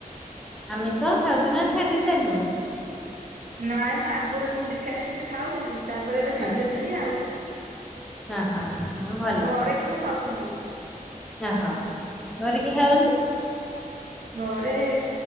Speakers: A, in the centre; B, on the right.
A: ଆମିଷ ଖାଉୁଚୁ ନା ଛାଡିଦେଇ ସାରିଲୁଣି?
B: ନାଇଁ ମୁଁ ଆଗୁରୁଯେତେବେଳେ ଦୀକ୍ଷା ନେଇଥିଲି ଖାଉଥିଲି ତାପରେ ଏବେ
A: ହୁଁ
B: ଛାଡିଦେଲିଣି ଆଉ।
A: ଓହୋ ଭଲ
B: ଘରେ କିନ୍ତୁ ଖାଉଛନ୍ତି।
A: ଓହୋ, ଘରେ କିଏ ଖାଉଛନ୍ତି?
B: ଘରେ